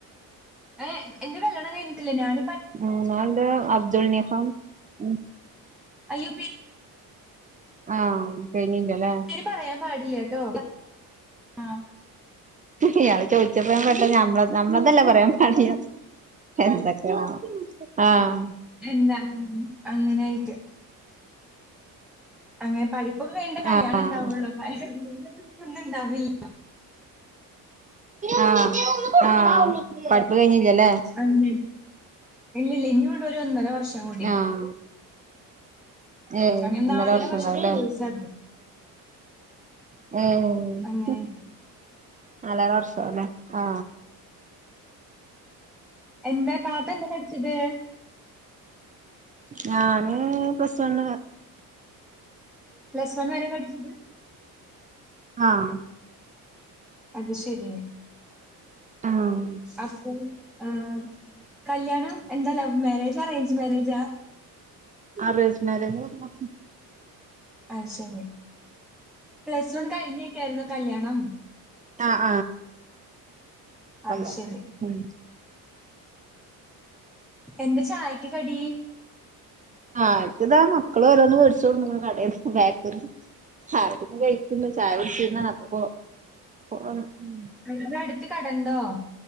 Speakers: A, in the centre; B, on the right.
A: ഏ എന്റെ കല്യാണം കഴിഞ്ഞട്ടില്ല ഞാനി
B: മൂന്നാൾണ്ട് അബ്ദുൾ നിഹാം ഉ.
A: അയ്യോ പി
B: ആഹ് കഴിഞ്ഞില്ലല്ലേ.
A: പേര് പറയാൻ പാടില്ല കേട്ടോ ആ.
B: ഇയാള് ചോദിച്ചപ്പ പെട്ടനമ്മള നമ്മളതല്ലേ പറയാൻ പാടില്ലതെ എന്തൊക്കെയ ആഹ്
A: എന്താ അങ്ങനെ ആയിട്ട്. അങ്ങനെ പഠിപ്പൊക്കെ കഴിഞ്ഞിട്ടെ കല്യാണം
B: ആഹ്
A: ഇണ്ടാവുള്ളു. <unintelligible> ഒന്നണ്ടാവില്ല.
B: ആഹ് ആഹ് പഠിപ്പ് കഴിഞ്ഞില്ലല്ലേ.
A: <unintelligible> ഇല്ല ഇല്ല ഇനി ഒണ്ട് ഒരു ഒന്നര വർഷം. കൂടി
B: ആഹ് ഏഹ്
A: അങ്ങനെ
B: ഒന്നര
A: നാലര
B: വർഷം
A: വർഷത്തെ
B: ഉണ്ടാവല്ലേ.
A: കോഴ്സ് അത്
B: മ്മ്ഹ്
A: അങ്ങനെ ആയിട്ട്.
B: നലര വർഷം അല്ലേ ആ.
A: എന്താ കാലത്ത് എന്താ കടിച്ചത്.
B: ഞാന് പ്ലസ് വൺ.
A: പ്ലസ് വൺ വരെ പഠിച്ചത്.
B: ആഹ്.
A: അത് ശരി
B: ആഹ്
A: അപ്പൊ. ആഹ് കല്യാണം എന്താ ലവ് മാരേജ് അറേഞ്ച് മാരേജാ.
B: അറേഞ്ച് മേരേജ് ആയിരുന്നു.
A: അത് ശരി പ്ലസ് വൺ കഴിഞ്ഞൊക്കെ ആയിരുന്ന കല്യാണം.
B: ആഹ്
A: അത്
B: ആഹ്.
A: ശരി. എന്താ ചായക്ക് കടീ.
B: ആ ഏക്ക് ഇതാ മക്കള് ഓരോന്ന് മേടിച്ച് കൊടുക്കുന്ന് കടേന്ന് ബേക്ക് ആഹാരം കഴിക്കുന്നു ചായ കുടിച്ചിട്ട് <unintelligible>
A: വീടിനടുത്ത് കടണ്ടോ.